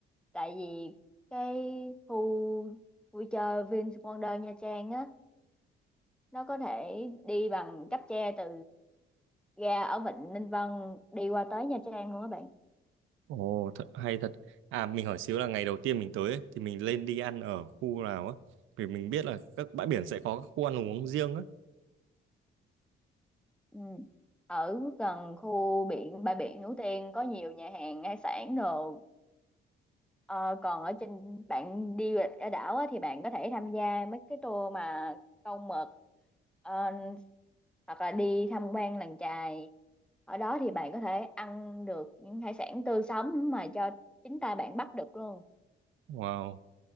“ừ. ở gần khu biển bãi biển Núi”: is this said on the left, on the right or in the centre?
Centre